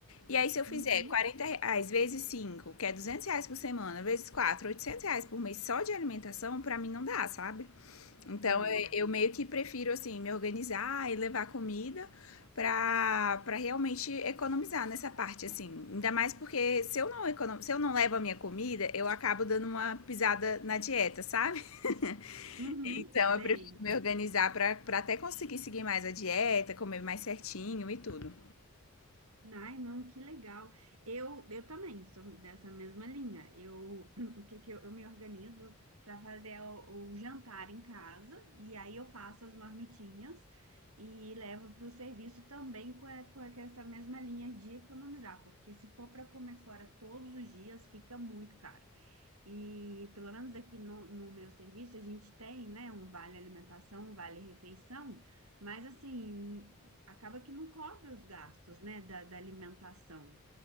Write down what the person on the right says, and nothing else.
Uhum,
é.
Uhum,
sei.
Ai, não, que legal. Eu, eu também sou dessa mesma linha. Eu, <clears throat> o que que eu, eu me organizo para fazer o, o jantar em casa e aí eu faço as marmitinhas e levo para o serviço também com, a- com a- com essa mesma linha de economizar, porque se for para comer fora todos os dias, fica muito caro. E pelo menos aqui no, no meu serviço a gente tem, né, um vale alimentação, um vale refeição, mas assim, acaba que não cobre os gastos, né, da, da alimentação.